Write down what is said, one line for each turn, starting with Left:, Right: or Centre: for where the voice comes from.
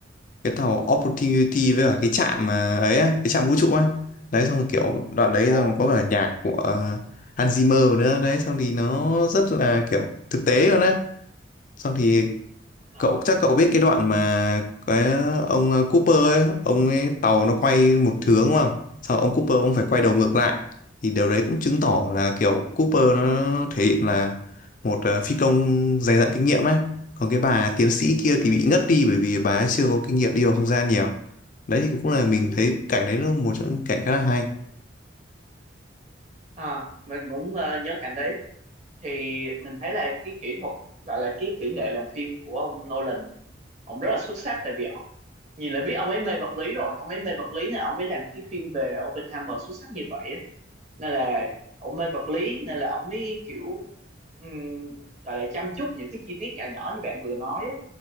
Left: cái tàu Opportunity với cả cái trạm mà ấy á, cái trạm vũ trụ á đấy xong rồi kiểu đoạn đấy
Right: Ồ,
Left: xong có cả nhạc của ờ, Hans Zimmer nữa đấy xong thì nó rất là kiểu thực tế luôn á xong thì
Right: Ờ,
Left: cậu chắc cậu biết cái đoạn mà cái ông ờ, Cooper ấy, ông ấy tàu nó quay một hướng đúng không? Sau ông Cooper ông phải quay đầu ngược lại thì điều đấy cũng chứng tỏ là kiểu Cooper nó thể hiện là một ờ, phi công dày dặn kinh nghiệm ấy. Còn cái bà tiến sĩ kia thì bị ngất đi bởi vì bà ấy chưa có kinh nghiệm đi vào không gian nhiều. Đấy thì cũng là mình thấy cảnh đấy là một trong những cảnh khá là hay.
Right: à, mình cũng ờ, nhớ cảnh đấy thì mình thấy là cái kỹ thuật gọi là cái kỹ nghệ làm phim của ông Nolan ông rất là xuất sắc tại vì ổng- nhìn là biết ông ấy mê vật lý rồi ông ấy mê vật lý này ông ấy làm cái phim về Oppenheimer xuất sắc như vậy á nên là ông mê vật lý nên là ông mới kiểu um, gọi là chăm chút những cái chi tiết nhỏ nhỏ như bạn vừa nói á